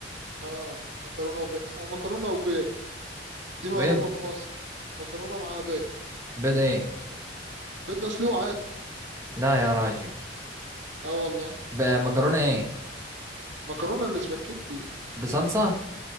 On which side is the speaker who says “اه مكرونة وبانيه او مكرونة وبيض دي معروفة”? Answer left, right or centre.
Right